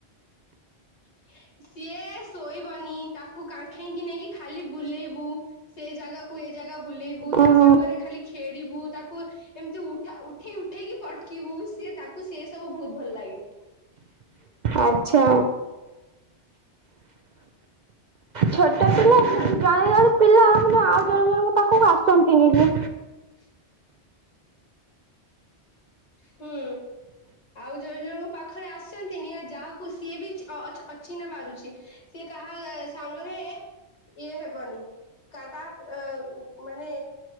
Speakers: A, on the left; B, on the right.
A: <unintelligible> ସିଏ ଶୋଇବନି ତାକୁ କାଖେଇକି ନେଇକି ଖାଲି ବୁଲେଇବୁ ସେଇ ଜାଗାକୁ ଜାଗା ବୁଲେଇବୁ ତା
B: ଓହୋ
A: ସାଙ୍ଗରେ ଖାଲି ଖେଳିବୁ ତାକୁ ଏମିତି ଉଠ ଉଠେଇ ଉଠେଇକି ପଟକିବୁ। ସିଏ ତାକୁ ସିଏ ସବୁ ବହୁତ ଭଲ ଲାଗେ।
B: ଆଛା। ଛୋଟ ପିଲା ଜଣେ ଜଣେ ପିଲା ମାନେ ଆଉ ଜଣେ ଜଣଙ୍କ ପାଖକୁ ଆସନ୍ତିନି ବି।
A: <unintelligible> ହୁଁ ଆଉ ଜଣେ ଜଣଙ୍କ ପାଖରେ ଆସନ୍ତିନି ଯାହାକୁ ସିଏ ବି ଅଛି ନା ବାରୁଛି ସେ କାହା ସାଙ୍ଗରେ ଇଏ ହେବନି କା କା ଏ ମାନେ